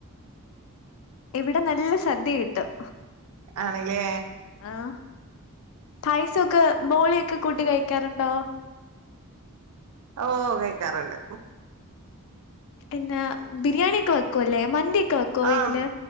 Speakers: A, on the left; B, on the right.
A: ഇവിടെ നല്ല സദ്യ കിട്ടും
B: ആണ് ല്ലെ
A: ആഹ് പായസൊക്കെ ബോളിയൊക്കെ കൂട്ടി കഴിക്കാറുണ്ടോ
B: ഓഹ് കഴിക്കാറുണ്ട്
A: പിന്നാ ബിരിയാണിയൊക്കെ വെക്കുവല്ലേ മന്തിയൊക്കെ വെക്കുവോ വീട്ടില്
B: ആഹ്